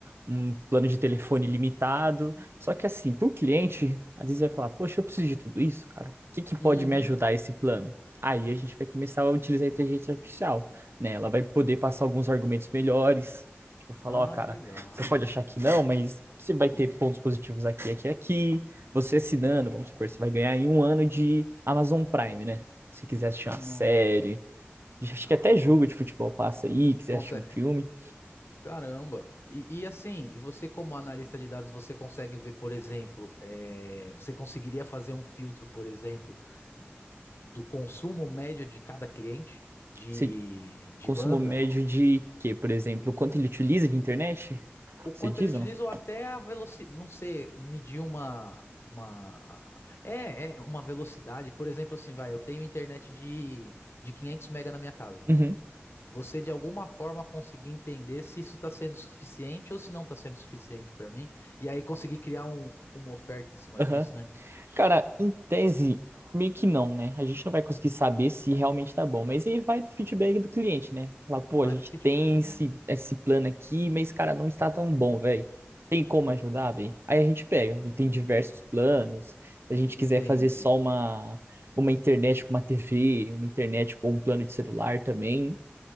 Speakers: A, on the right; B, on the left.
A: um plano de telefone limitado. Só que assim, para o cliente, às vezes vai falar, poxa, eu preciso de tudo isso, cara. O que que pode
B: Uhum.
A: me ajudar esse plano? Aí a gente vai começar a utilizar a inteligência artificial, né? Ela vai poder passar alguns argumentos melhores, tipo, falar,
B: Ah,
A: ó, cara,
B: que legal.
A: você pode achar que não, mas você vai ter pontos positivos aqui, aqui, aqui. Você assinando, vamos supor, você vai ganhar aí um ano de Amazon Prime, né? se quiser assistir uma
B: Nossa.
A: série, acho
B: Ah,
A: que até jogo
B: con-
A: de futebol passa aí, quiser
B: Consegue...
A: assistir um filme,
B: Caramba. E, e assim, e você como analista de dados, você consegue ver, por exemplo, eh, você conseguiria fazer um filtro, por exemplo, do consumo médio de cada cliente de,
A: você
B: de
A: consumo
B: banda,
A: médio de quê, por exemplo? Quanto ele utiliza de internet?
B: o quanto
A: Você diz
B: ele utiliza
A: ou não?
B: ou até a velocidade, não sei, medir uma uma a- é, é uma velocidade, por exemplo, assim, vai, eu tenho internet de de 500 mega na minha casa.
A: Uhum.
B: você de alguma forma conseguir entender se isso está sendo suficiente ou se não está sendo suficiente para mim, e aí conseguir criar um- uma oferta em cima
A: Aham.
B: disso, né?
A: Cara, em tese, meio que não, né? A gente não vai conseguir saber se realmente tá bom, mas aí vai do feedback do cliente, né? Falar, pô,
B: Vai
A: a gente
B: do feed.
A: tem esse, esse plano aqui, mas, cara, não está tão bom, velho. Tem como ajudar, velho? Aí a gente pega, a gente tem diversos planos. Se a gente
B: Entendi.
A: quiser fazer só uma, uma internet com uma TV, uma internet com um plano de celular também.